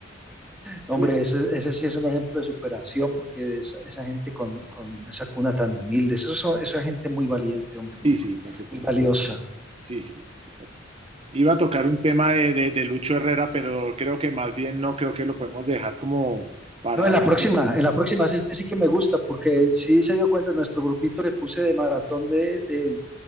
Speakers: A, in the centre; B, on the right.
A: Hombre,
B: Sí,
A: ese, ese sí es un ejemplo de superación porque esa, esa gente con, con esa cuna tan humilde, eso son- esa gente muy valiente, hombre, muy,
B: sí, sí, por supuesto.
A: muy valiosa.
B: Sí, sí, por supuesto. Iba a tocar un tema de, de, de Lucho Herrera, pero creo que más bien no creo que lo podemos dejar como para...
A: No, en la
B: otro.
A: próxima, en la próxima sí, sí que me gusta porque sí se dio cuenta nuestro grupito que puse de maratón de, de